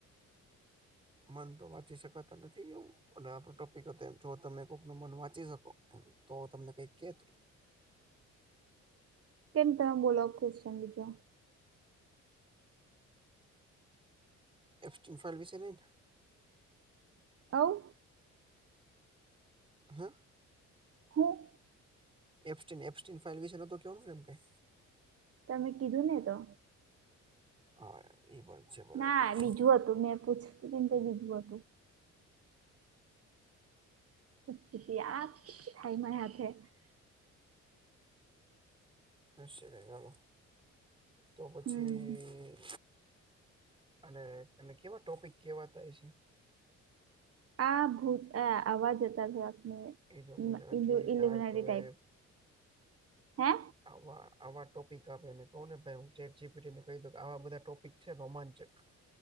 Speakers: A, on the right (about 15°); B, on the right (about 50°).
A: મન તો વાંચી શકાતા નથી એવું આપણ ટોપિક હતા એમ જો તમે કોઈક નુ મન વાંચી શકો એમ તો તમને કઈક કેત
B: કેમ તમે બોલો ક્વેશન બીજો
A: એફટન ફાઈલ વિશે નહી
B: આઉ
A: હે
B: હૂં
A: એપ્સ્ટન એપ્સ્ટન ફાઇલ વિશે નતો કેવાનું ને એમ કઈ
B: તમે કીધું ને તો
A: હા એ પણ છે બરાબર
B: ના
A: છે
B: બીજું હતું મેં પૂછતી હતી ને તે બીજું હતું આ હાઈમાં હાથેે.
A: હશે કાઈક હાલો તો પછી
B: હમ
A: અને એને કેવા ટોપિક કેવાતા હશે?
B: આ ભૂત આ આવાજ હતાં <unintelligible>
A: એ ડોમિનાટી
B: ઈ ઈલ્યુમિનારી
A: ડાર્ક વેબ
B: ટાઈપ હે?
A: આવા આવા ટોપિક આપે એને કહું ને ભાઈ હું ચેટ જી પી ટીને કહી દઉ કે આવાં બધાં ટોપિક છે રોમાંચક.